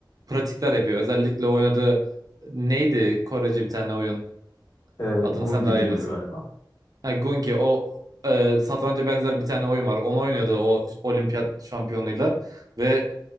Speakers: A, on the right; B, on the left.
A: pratikler yapıyor. Özellikle oynadığı neydi Korece bir tane oyun?
B: Ee,
A: Adını
B: Gungi
A: sen daha
B: deniyordu
A: iyi bilirsin.
B: galiba.
A: Ha, Gungi o e, satranca benzer bir tane oyun var. Onu oynuyordu o olimpiyat şampiyonuyla ve